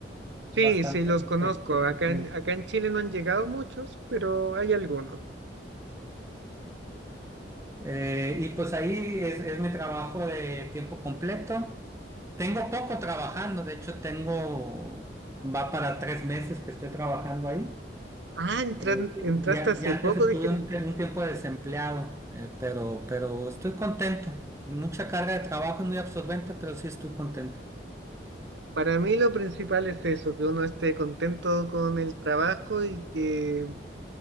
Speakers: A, on the right; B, on the right.
A: Sí,
B: bastante
A: sí, los conozco.
B: e- eficientes.
A: Acá en, acá en Chile no han llegado muchos, pero hay algunos.
B: Eh, y pues ahí es, es mi trabajo de tiempo completo. Tengo poco trabajando, de hecho tengo, va para tres meses que estoy trabajando ahí.
A: Ah, entran-
B: Eh,
A: entraste
B: y, a-
A: hace
B: y antes
A: poco
B: estuve
A: de gerente.
B: un, tie- un tiempo desempleado, eh, pero, pero estoy contento. Mucha carga de trabajo, es muy absorbente, pero sí estoy contento.
A: Para mí lo principal es eso, que uno esté contento con el trabajo y que